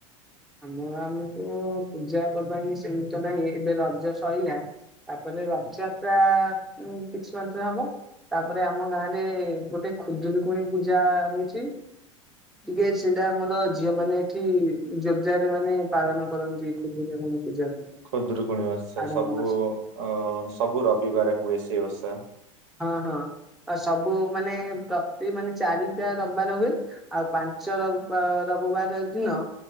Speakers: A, in the centre; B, on the right (about 60°).
A: ଆମର ଆମକୁ ପୂଜା ପର୍ବାଣି ସେମି ତ ନାହିଁ ଏବେ ରଜ ସଇଲା। ତାପରେ ରଥଯାତ୍ରା କିଛି ସମ <unintelligible> ହବ ତାପରେ ଆମ ଗାଁ ରେ ଗୋଟେ ଖୁଦୂରୁକୁୁଣି ପୂଜା ହୋଉଚି। ଟିକେ ସେଇଟା ଆମର ଝିଅ ମାନେ ଏଠି ଯୋର ଜାରେ ରେ ମାନେ ପାଳନ କରନ୍ତି ଖୁଦୁରୁକୁଣୀ। ପୂଜାକୁ
B: ଖୁଦରୁକୁଣୀ ଓଷା
A: ଆଡମ୍ବର
B: ସବୁ ଅ ସବୁ ରବିବାରେ ହୁଏ ସେ ଓଷା।
A: ହଁ ହଁ ସବୁ ମାନେ ପ୍ରତି ମାନେ ଚାରିଟା ରବିବାରେ ହୁଏ। ଆଉ ପାଞ୍ଚ ରବି ରବିବାର ଦିନ